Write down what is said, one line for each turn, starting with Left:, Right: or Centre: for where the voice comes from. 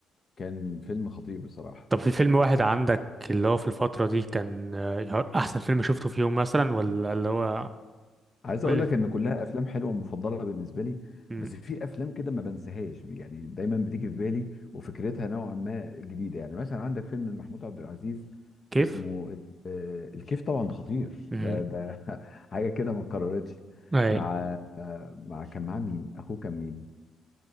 Left: كان فيلم خطير بصراحه
Right: طب في فيلم واحد عندك اللي هو في الفترة دي كان آه، احسن فيلم شفته في يوم مثلا ولا اللي هو
Left: عايز
Right: قول
Left: اقول
Right: لي
Left: لك ان كلها افلام حلوه ومفضله بالنسبه لي
Right: امم
Left: بس في افلام كده ما بنساهاش يعني دايما بتيجي في بالي وفكرتها نوعا ما جديده يعني مثلا عندك فيلم محمود عبد العزيز
Right: كيف
Left: اسمه ال- آه، الكيف طبعا ده خطير
Right: امم
Left: ده ده <laughs> حاجه كده ما اتكررتش
Right: ايوه
Left: مع آه، مع كان معاه مين اخوه كان مين